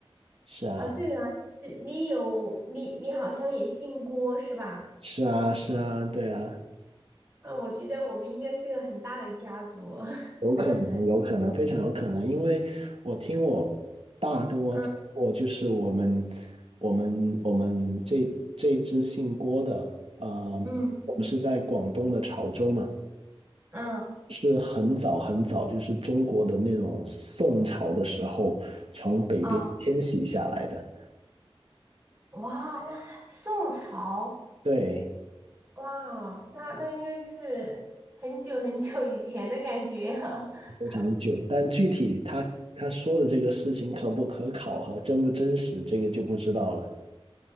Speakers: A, on the right (about 75°); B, on the right (about 20°).
A: 是啊，
B: 啊，对了，呃你有你你好像也姓郭是吧？
A: 是啊，是啊，对啊。
B: 啊，我觉得我们应该是一个很大的家族。
A: 有可能，
B: <laughs>
A: 有可能，非常有可能，因为我听我爸跟我讲过，
B: 嗯
A: 就是我们我们我们这这一支姓郭的，呃，
B: 嗯
A: 我们是在广东的潮州嘛，
B: 嗯
A: 是很早很早，就是中国的那种宋朝的时候从北边迁徙下来的，
B: 啊，哇，那宋朝，
A: 对，
B: 哇，那那应该就是很久很久以前的感觉啊。<laughs>
A: 非常久。但具体他他说的这个事情可不可考和真不真实，这个就不知道了。